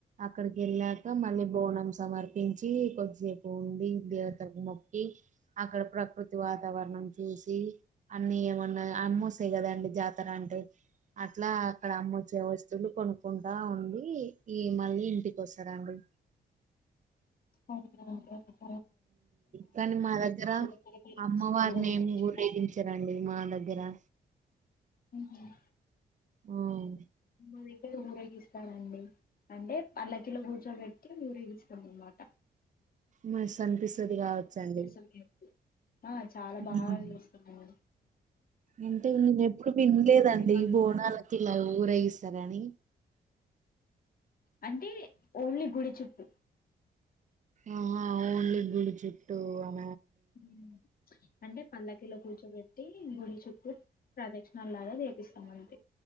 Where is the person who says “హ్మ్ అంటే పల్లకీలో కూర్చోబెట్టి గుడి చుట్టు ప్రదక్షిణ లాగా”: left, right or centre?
Left